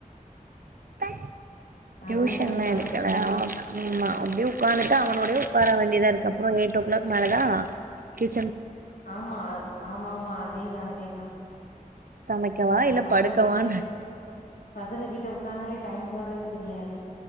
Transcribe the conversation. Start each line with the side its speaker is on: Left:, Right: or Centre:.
Right: <inaudible> டியூஷன்லா
Left: அதுவு கரெக்ட் தா
Right: எடுக்கல ஆமா அப்டிய உட்காந்துட்டு அவனோடய உட்கார வேண்டியதா இருக்கு அப்புறம் எயிட் ஓ கிளாக் மேல தான் கிட்
Left: ஆமா ஆமா ஆமா அதேதா அதேதா
Right: சமைக்கவா
Left: நம்ம
Right: இல்ல
Left: பசங்க
Right: படுக்கவான்னு
Left: கிட்ட பசங்க கிட்ட உட்காந்தாலே டைம் போறது தெரியாது